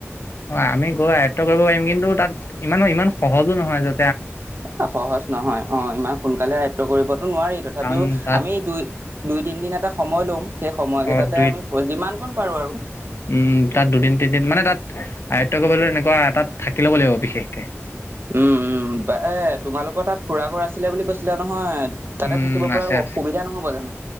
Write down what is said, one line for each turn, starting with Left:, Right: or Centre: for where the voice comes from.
Left: অ আমি গৈ আয়ত্ব কৰিব পাৰিম কিন্তু তাত ইমানো ইমান সহজো নহয় যে
Right: এ সহজ নহয় অ ইমান সোনকালে আয়ত্ব কৰিবতো নোৱাৰি তথাপিও
Left: কাৰণ তাত
Right: আমি দুই দু দুই তিনদিন এটা সময় লম সেই সময়
Left: অ
Right: কেইটাতে
Left: দুই
Right: আমি যিমান কণ পাৰো আৰু
Left: উম তাত দুদিন তিনিদিন মানে তাত আয়ত্ব কৰিবলৈ এনেকুৱা তাত থাকি ল'ব লাগিব বিশেষকে
Right: উম উম এ তোমালোকৰ তাত খুৰা ঘৰ আছিলে বুলি কৈছিলা নহয় তাতে
Left: উম
Right: থাকিব পৰা
Left: আছে
Right: অসুবিধা
Left: আছে
Right: নহব জানো